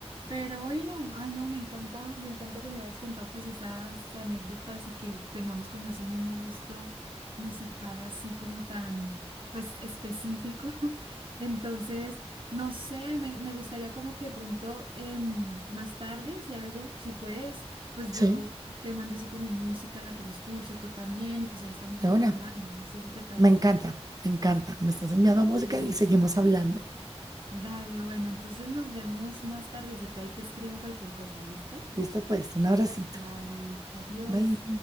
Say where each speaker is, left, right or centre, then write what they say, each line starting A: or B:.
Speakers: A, on the right; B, on the right.
A: pero bueno, ay no, me encanta, me encanta que me hayas contado pues esas anécdotas y que tengamos como ese mismo gusto musical así como tan pues específico. <laughs> Entonces, no sé, me, me gustaría como que de pronto em, más tarde, si algo, si puedes, pues
B: sí,
A: yo te mando así como música, la que yo escucho, tú también, y pues ahí estamos
B: de
A: como
B: una.
A: hablando. No sé si te parece.
B: Me encanta, me encanta. Me estás enviando música
A: Eso.
B: y seguimos hablando.
A: Dale, bueno, entonces nos vemos más tardecito. Ahí te escribo cualquier cosa, ¿listo?
B: Listo, pues, un abracito.
A: Vale, adiós.
B: Bye.